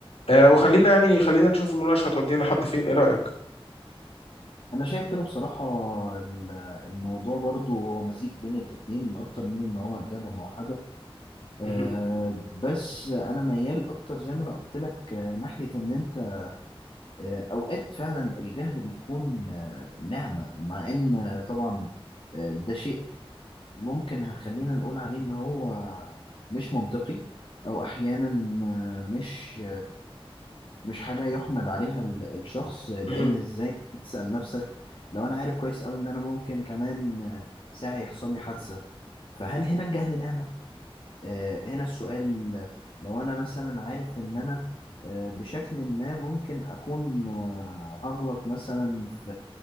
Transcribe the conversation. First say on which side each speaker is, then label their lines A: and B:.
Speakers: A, on the left; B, on the left.
A: آه وخلينا يعني خلينا نشوف المناقشة تودينا لحد فين ايه رأيك
B: انا شايف كده بصراحه ال- الموضوع برضو هو مزيج بين الاتنين اكتر من ان هو اجابه موحده أه
A: مهم.
B: بس انا ميال اكتر زي ما انا قلت لك آه، ناحيه ان انت آه، اوقات فعلا الجهل بيكون آه، نعمه مع ان آه، طبعا آه، ده شيء ممكن خلينا نقول عليه ان هو مش منطقي او احيانا مش مش حاجه يحمد عليها ال- الشخص لان
A: مهم.
B: ازاي تسال نفسك لو انا عارف كويس قوي ان انا ممكن كمان ساعه يحصل لي حادثه فهل هنا الجهل نعمه آه، هنا السؤال آه، لو أنا مثلا عارف إن أنا آه، بشكل ما ممكن أكون آه، هغلط مثلا في